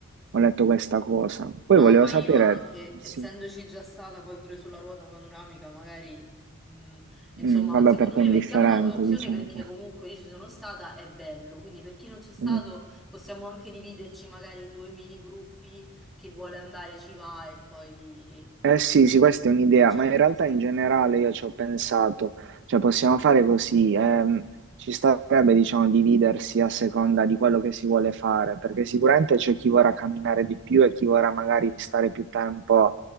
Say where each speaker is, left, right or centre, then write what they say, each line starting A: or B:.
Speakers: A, on the right; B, in the centre.
A: ho letto questa cosa. Poi
B: No,
A: volevo
B: poi
A: sapere,
B: io anche,
A: sì,
B: essendoci già stata poi pure sulla ruota panoramica, magari, mh, insomma,
A: mm, vabbè,
B: secondo
A: per te
B: me
A: è indifferente,
B: mettiamola come opzione
A: diciamo.
B: perché
A: <laughs>
B: comunque io ci sono stata, è bello. Quindi per chi non c'è stato
A: Mm.
B: possiamo anche dividerci magari in due mini gruppi, chi vuole andare ci va e poi
A: Eh sì,
B: eh,
A: sì, questa è un'idea,
B: facciamo
A: ma in realtà
B: così.
A: in generale io ci ho pensato, cioè possiamo fare così, ehm, ci starebbe diciamo dividersi a seconda di quello che si vuole fare, perché sicuramente c'è chi vorrà camminare di più e chi vorrà magari stare più tempo,